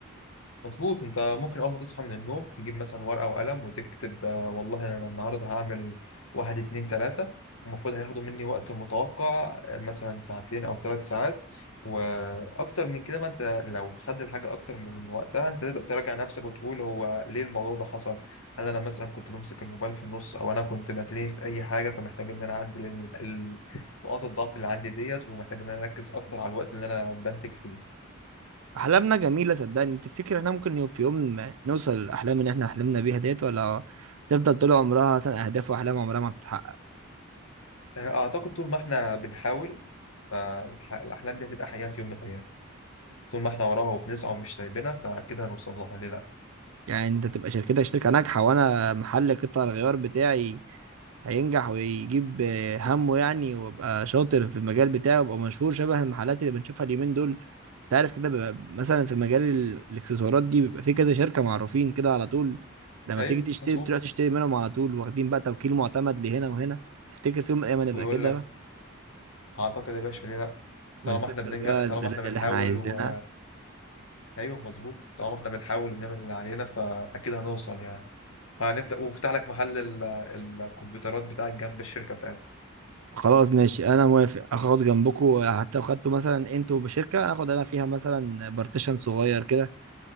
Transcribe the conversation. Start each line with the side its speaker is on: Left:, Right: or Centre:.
Left: مظبوط انت ممكن اول ما تصحى من النوم تجيب مثلا ورقة وقلم وتكتب آه، والله انا النهاردة هعمل واحد اتنين تلاتة المفروض هياخدوا مني وقت متوقع آه، مثلا ساعتين او ثلاث ساعات واكتر من كده بقى انت لو خد الحاجة اكتر من وقتها انت تقدر تراجع نفسك وتقول هو ليه الموضوع ده حصل هل انا مثلا كنت بمسك الموبايل في النص او انا كنت بتلهي في اي حاجة فمحتاج ان انا اعدل ال- ال- نقاط الضعف اللي عندي ديت ومحتاج ان انا اركز اكتر على الوقت اللي انا بنتج فيه
Right: احلامنا جميله صدقني تفتكر احنا ممكن يوم- في يوم ما نوصل الاحلام اللي احنا حلمنا بيها ديت ولا هتفضل طول عمرها مثلا اهداف واحلام عمرها ما بتتحقق
Left: آه، أعتقد طول ما إحنا بنحاول فالأحلام دي هتبقى حقيقة في يوم من الأيام طول ما إحنا وراها وبنسعى ومش سايبينها فأكيد هنوصل لها ليه لأ
Right: يعني انت تبقى شركتك شركة ناجحة وانا محل قطع الغيار بتاعي هينجح ويجيب آه، همه يعني وابقى شاطر في المجال بتاعي وابقى مشهور شبه المحلات اللي بنشوفها اليومين دول انت عارف كده بيبقى مثلا في مجال ال- الاكسسوارات دي بيبقى في كذا شركة معروفين كده على طول لما
Left: أيوه
Right: تيجي تشتري
Left: مظبوط
Right: بتروح تشتري منهم على طول واخدين بقى توكيل معتمد لهنا وهنا تفتكر في يوم من الايام هنبقى
Left: ويقول
Right: كده
Left: لك أعتقد يا باشا ليه لأ
Right: ونسافر
Left: طالما إحنا بننجح
Right: بقى
Left: طالما
Right: البلاد
Left: إحنا بنحاول
Right: اللي احنا عايزينها
Left: و... أيوه مظبوط طالما إحنا بنحاول نعمل اللي علينا فأكيد هنوصل يعني هنفتح وفتح لك محل ال... الكمبيوترات بتاعك جنب الشركة بتاعتك
Right: خلاص ماشي انا موافق اخد جنبكم حتى لو خدتوا مثلا انتوا بشركه اخد انا فيها مثلا بارتيشن صغير كده